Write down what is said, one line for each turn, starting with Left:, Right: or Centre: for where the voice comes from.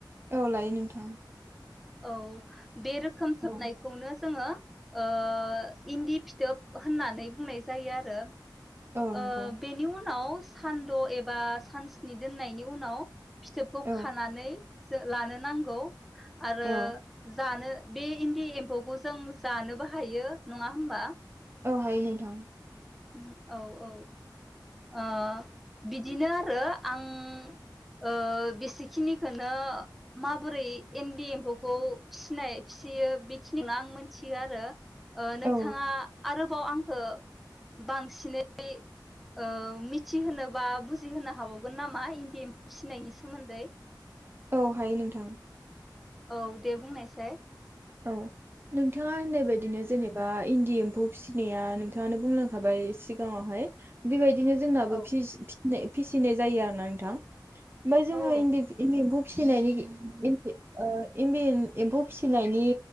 Right: औ लायो नोंथां
Centre: औ बे रोखोम
Right: औ
Centre: सोबनायखौनो जोङो ओ इन्दि फिथोब होननानै बुंनाय जायो आरो
Right: औ नंगौ
Centre: ओ बेनि उनाव सान्द' एबा सानस्नि दोननायनि उनाव फिथोबखौ
Right: औ
Centre: खानानै जों लानो नांगौ आरो
Right: औ
Centre: जानो बे इन्दि एम्फौखौ जों जानोबो हायो नङा होमबा
Right: औ हायो हायथं
Centre: उम औ औ ओ बिदिनो आरो आं ओ बेसेखिनिखौनो माबोरै इन्दि एम्फौखौ फिसिनाय फिसियो बेखिनिखौनो आं मिथियो आरो ओ
Right: औ
Centre: नोंथाङा आरोबाव आंखौ बांसिनै ओ मिथिहोनो बा बुजिहोनो हाबावगोन नामा इन्दि एम्फौ फिसिनायनि सोमोन्दै?
Right: औ हायो नोंथां।
Centre: औ दे बुंनायसाय
Right: औ नोंथाङा होननाय बायदिनो जेनेबा इन्दि एम्फौ फिसिनाया नोंथांङानो बुंलांखाबाय सिगांङावहाय बेबाय बिदिनो जोंनाबो
Centre: औ
Right: फिसि फिसिनाय फिसिनाय जायो आरोना नोंथां ओमफाय जोंङो
Centre: औ
Right: इन्दि एम्फौ <unintelligible> ओ इन्दि एम्फौ फिसिनाय नि